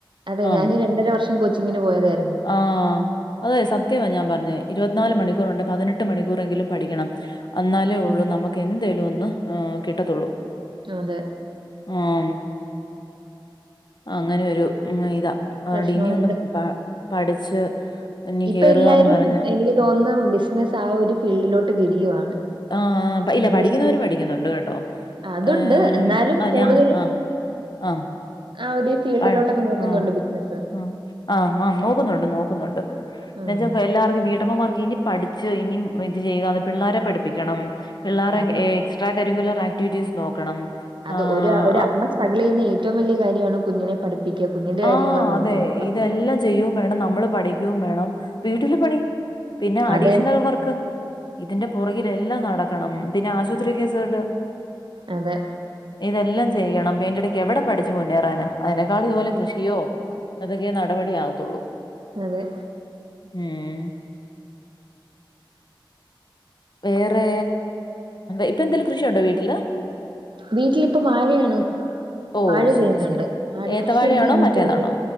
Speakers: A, on the right (about 65°); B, on the left (about 55°).
A: അതെ
B: ആം
A: ഞാന് രണ്ടര വർഷം കോച്ചിങ്ങിന് പോയതായിരുന്നു
B: ആഹ് അതെ സത്യവാ ഞാൻ പറഞ്ഞേ ഇരുപത്തിനാല് മണിക്കൂറുണ്ടെ പതിനെട്ട് മണിക്കൂറെങ്കിലും പഠിക്കണം അന്നാലേ ഒള്ളൂ നമുക്ക് എന്തേലും ഒന്ന് കിട്ടത്തോള്ളൂ
A: അതെ
B: ആഹ് അങ്ങനെ ഒരു ഉം ഇതാ അതോണ്ട്
A: പ്രശ്നമുണ്ട്
B: ഇനിയൊന്നും പ പഠിച്ച് ഇനി
A: ഇപ്പൊ
B: കേറുകാന്ന്
A: എല്ലാരും
B: പറഞ്ഞ്
A: എനിക്ക് തോന്ന് ബിസിനസ് ആഹ് ഒരു ഫീൽഡിലോട്ട് തിരിയുവാണ്
B: ആഹ് ഇല്ല
A: കൃഷി
B: പഠിക്കുന്നവര് പഠിക്കുന്നൊണ്ട് കേട്ടോ
A: അതുണ്ട്
B: ഏഹ്
A: എന്നാലും
B: ആഹ്
A: കൂടുതലും
B: ഞാ ആഹ് ആഹ്
A: ആ ഒരു ഫീൽഡിലോട്ടൊക്കെ
B: ആഹ്
A: നോക്കുന്നുണ്ട്
B: ആഹ്
A: ബിസിനസ്സ്
B: ആഹ് ആഹ് നോക്കുന്നൊണ്ട് നോക്കുന്നൊണ്ട്
A: ഉം
B: എന്ന വെച്ച എല്ലാർക്കും വീട്ടമ്മമാർക്ക് ഇനി പഠിച്ച് ഇനി ഇത് ചെയ്യ പിള്ളാരെ പഠിപ്പിക്കണം പിള്ളാരെ
A: അതെ
B: എക്സ് ട്രാ കരിക്കുലർ ആക്ടിവിറ്റീസ് നോക്കണം
A: അത്
B: ആ
A: ഒരു
B: അ-
A: അമ്മ സ്ട്രഗിൽ ചെയ്യുന്ന ഏറ്റവും വലിയ കാര്യമാണ് കുഞ്ഞിനെ പഠിപ്പിക്ക കുഞ്ഞിന്റെ കാര്യങ്ങള്
B: ആ
A: നോക്കാ
B: അതെ
A: എന്നുള്ളത്
B: ഇതെല്ലാം ചെയ്യും വേണം നമ്മള് പഠിക്കോം വേണം വീട്ടില് പണി പിന്നെ അഡീഷണൽ
A: അതെ
B: വർക്ക് ഇതിന്റെ പുറകിലെല്ലാം നടക്കണം പിന്നെ ആശുപത്രി കേസ് കെട്ട്
A: അതെ
B: ഇതെല്ലാം ചെയ്യണം അയിന്റെടക്ക് എവിടെ പഠിച്ച് മുന്നേറാനാ അതിനേക്കാളും ഇതുപോലെ കൃഷിയോ അതൊക്കെ നടപടി ആകത്തോള്ളൂ
A: അതെ
B: ഉമ് വേറെ ഇപ്പൊ എന്തേലും കൃഷിയുണ്ടോ വീട്ടില്
A: വീട്ടിലിപ്പ വാഴയാണ്
B: ഓ
A: വാഴ
B: ശരി
A: ചെയ്യുന്നുണ്ട്
B: ശരി
A: വാഴ
B: ഏത്തവാഴയാണോ
A: കൃഷിയുണ്ട് ഇഞ്ചിയുണ്ട്
B: മറ്റേതാണോ